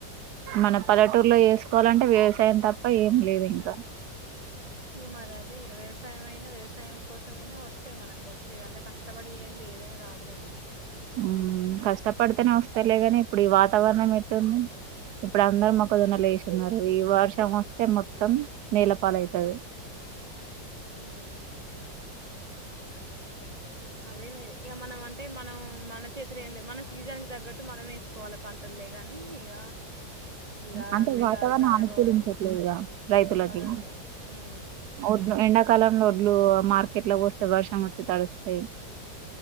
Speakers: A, on the right; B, on the right.
A: మన పల్లెటూర్లో చేసుకోవాలంటే వ్యవసాయం తప్ప ఏం లేదు ఇంకా
B: ఈ మరదే వ్యవసాయమైన వ్యవసా సాయం కోసమైనా వస్తాయి మనకు వచ్చేది అంటే కష్టపడి చేయంది ఏదైనా రాదు కదా
A: హూ కష్టపడితేనే వస్తాలేగాని ఇప్పుడు ఈ వాతావరణం ఎట్టుంది ఇప్పుడు అందరు మొక్క జోన్నలు వేస్తున్నారు ఈ వర్షం వస్తే మొత్తం నీళ్ల పాల్ అయితది
B: హ్మ్ అదేలే ఇగ మనం అంటే మనం మన చేతుల ఏం లేదు మన సీజన్ తగ్గట్టు మనం వేసుకోవాలి పంటలే కాని ఇక ఇక
A: అంటే
B: అంతే
A: వాతావరణం
B: ఇక అది ఖరాబ్
A: అనుకూలించట్లేదుగా
B: అవ్వడం
A: రైతులకి
B: అదే అదే ఉమ్
A: వడ్లు ఎండాకాలంలో వడ్లు మార్కెట్ల పోస్ వర్షం వచ్చి తడి స్తయి